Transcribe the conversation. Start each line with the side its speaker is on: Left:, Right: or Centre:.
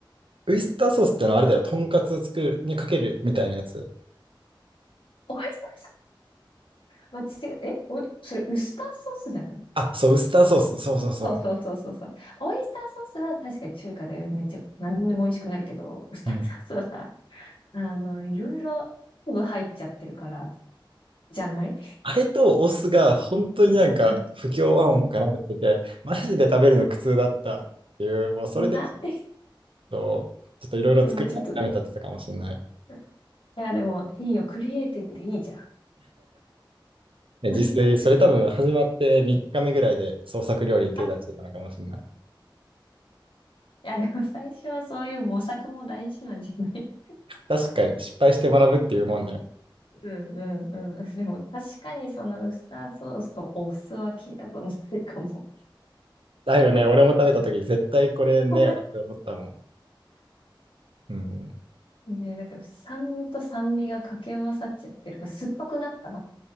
Right: ウイスターソースってのはあれだよ。とんかつ作るにかけるみたいなやつ。
Left: 美味しそう。間違え、え、おい、それウスターソースじゃない
Right: あ、そう、ウスターソース。そうそうそ
Left: そうそうそうそうそう。オイスターソースは確かに中華でめっちゃ何でも美味しくなるけど、ウスターソースはさ、
Right: う。うん
Left: あの、いろいろ昆布入っちゃってるから、じゃない
Right: あれとお酢が本当になんか不協和音を絡めてて、
Left: うん。
Right: マジで食べるの苦痛だったっていう、もうそれでちょっ
Left: な
Right: とちょっといろいろ作り諦めちゃってたかもしれない。
Left: うん、ちょっと。うんいや、でもいいよ。クリエイティブでいいじゃん。
Right: で自炊、
Left: <laughs>
Right: それ多分始まって3日目ぐらいで創作料理に手出してたのかもしれない。
Left: あいや、でも最初はそういう模索も大事なんじゃない <laughs>
Right: 確かに失敗して学ぶっていうもんね。
Left: うんうんうん。でも確かにそのウスターソースとお酢は聞いたことないかも。
Right: だいぶね、俺も食べた時絶対これねえわって思ったもん。
Left: <laughs>
Right: うん。
Left: ね、なんか酸味と酸味が掛け合わさっちゃってるから、酸っぱくなった